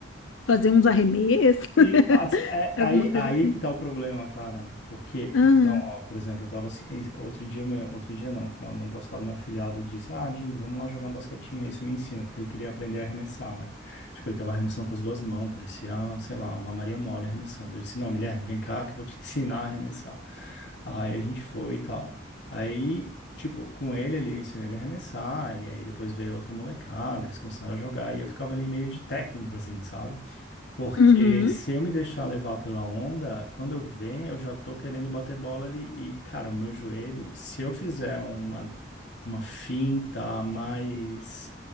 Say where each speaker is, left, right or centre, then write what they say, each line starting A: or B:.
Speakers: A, on the left; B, on the left.
A: fazer uns arremessos,
B: E
A: <laughs>
B: as- é- é
A: alguma
B: aí,
A: coisa
B: aí
A: assim.
B: que tá o problema, Clara. Porque,
A: Ah,
B: então, ó, por exemplo, eu tava assim, em- outro dia, meu, outro dia não, final do ano passado, meu afilhado disse, ah, Dindo, vamos lá jogar um basquetinho aí, você me ensina, porque ele queria aprender a arremessar, né? Tipo, ele tava arremessando com as duas mãos, parecia, sei lá, uma Maria Mole arremessando. Eu disse, não, Guilherme, vem cá que eu vou te <laughs> ensinar a arremessar. Aí a gente foi e tal. Aí, tipo, com ele ali, eu ensinei ele a arremessar, e aí depois veio outra molecada, eles começaram a jogar, e eu ficava ali meio de técnico, assim, sabe? Porque
A: uhum.
B: se eu me deixar levar pela onda, quando eu ver, eu já tô querendo bater bola ali. E, cara, o meu joelho, se eu fizer uma uma finta mais